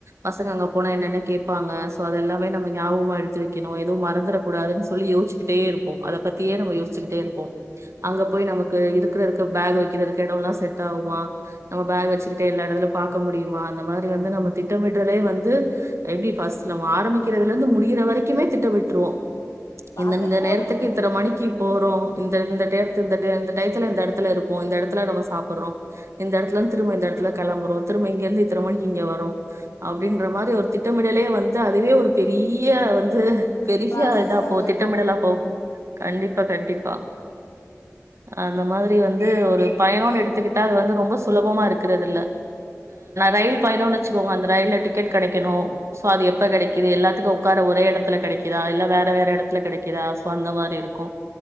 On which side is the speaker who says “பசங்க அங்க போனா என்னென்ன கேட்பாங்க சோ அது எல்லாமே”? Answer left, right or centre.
Right